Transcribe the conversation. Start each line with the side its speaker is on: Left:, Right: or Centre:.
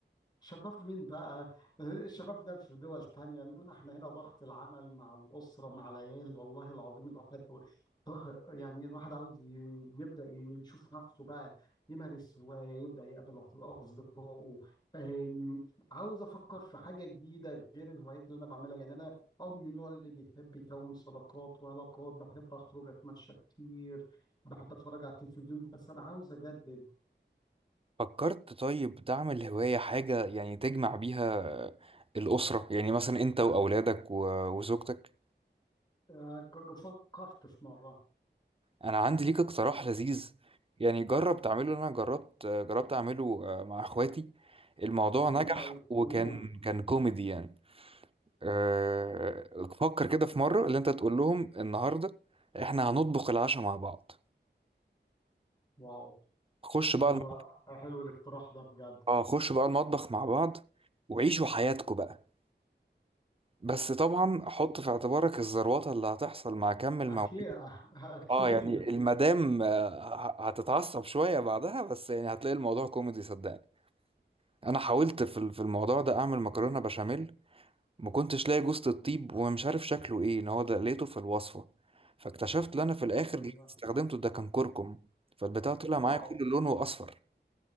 Left: شباب مين بقى؟ الشباب ده في دول تانية إنما إحنا هنا ضغط العمل مع الأسرة مع العيال والله العظيم الواحد ضه- يعني الواحد عاوز ي- يبدأ يشوف نفسه بقى يمارس هواية يبدأ يقابل أص- أصدقائه أم، عاوز أفكر في حاجة جديدة غير الهوايات اللي أنا بعملها يعني أنا أه من النوع اللي بيحب يكون صداقات وعلاقات بحب أخرج أتمشى كتير بحب أتفرج على التلفزيون بس أنا عاوز أجدد
Right: فكرت طيب تعمل هواية حاجة يعني تجمع بيها الأسرة يعني مثلا أنت وأولادك و- وزوجتك
Left: أه، ج- ج- فكرت في مرة
Right: أنا عندي ليك اقتراح لذيذ يعني جرب تعمله أنا جربت جربت أعمله آه، مع إخواتي الموضوع
Left: جميل
Right: نجح
Left: قوي
Right: وكان
Left: قول
Right: كان كوميدي يعني أه، فكر كده في مرة اللي أنت تقول لهم النهاردة إحنا هنطبخ العشاء مع بعض
Left: واو
Right: خش بقى
Left: حلو
Right: الم-
Left: حلو الاقتراح ده بجد
Right: اه خش بقى المطبخ مع بعض وعيشوا حياتكم بقى بس طبعا حط في اعتبارك الزروطه اللي هتحصل مع كم المواعيد
Left: اكيد <laughs> اكيد
Right: اه يعني المدام آه، ه- هتتعصب شويه بعدها بس يعني هتلاقي الموضوع كوميدي صدقني انا حاولت في ال- في الموضوع ده اعمل مكرونه بشاميل ما كنتش لاقي جوزة الطيب ومش عارف شكله ايه ان هو ده لقيته في الوصفه فاكتشفت ان انا في الاخر
Left: ايوه
Right: اللي استخدمته ده كان كركم فالبتاع طلع معايا
Left: واو
Right: كل لونه اصفر